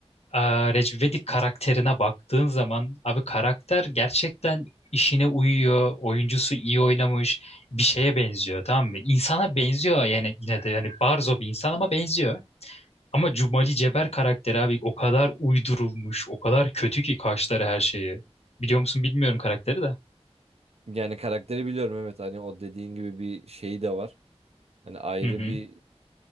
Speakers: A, on the left; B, on the right.
A: Aa, Recep İvedik karakterine baktığın zaman abi karakter gerçekten işine uyuyor. Oyuncusu iyi oynamış. Bir şeye benziyor tamam mı? İnsana benziyor yani yine de yani barzo bir insan ama benziyor. Ama Cumali Ceber karakteri abi o kadar uydurulmuş, o kadar kötü ki kaşları her şeyi. Biliyor musun bilmiyorum karakteri de.
B: Yani karakteri biliyorum evet hani o dediğin gibi bir şey de var. Hani ayrı
A: Hı hı.
B: bir